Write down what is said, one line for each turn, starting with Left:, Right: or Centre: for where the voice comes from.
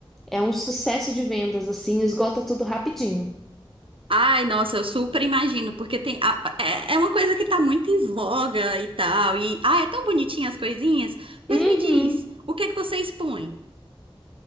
Centre: é um sucesso de vendas, assim, esgota tudo rapidinho.
Right: Ai, nossa, eu super imagino, porque tem a- é, é uma coisa que tá muito em voga e tal, e ah, é tão bonitinha as coisinhas, mas
Centre: Uhum.
Right: me diz, o que é que você expõe?